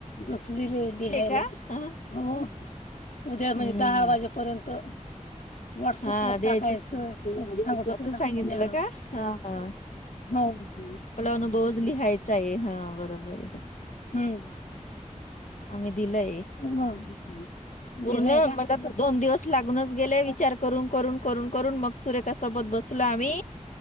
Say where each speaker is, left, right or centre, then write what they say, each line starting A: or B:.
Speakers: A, on the left; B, on the left.
A: जसली रे लिहायला
B: ले का हा
A: हो उद्या म्हणजे
B: हम्म
A: दहा वाजेपर्यंत व्हॉट्सअप
B: हा
A: वर
B: द्यायचं
A: टाकायचं सांगत होते
B: असं
A: ना
B: सांगितलं
A: मॅडम
B: का हा हा,
A: हो ह
B: आपला अनुभवच लिहायचा आहे हा बरोबर आहे.
A: हम्म
B: आम्ही दिलंय.
A: मग
B: पूर्णे,
A: दिलंय का?
B: मला तर दोन दिवस लागूनच गेले विचार करून करून करून करून, मग सुरेखासोबत बसलो आम्ही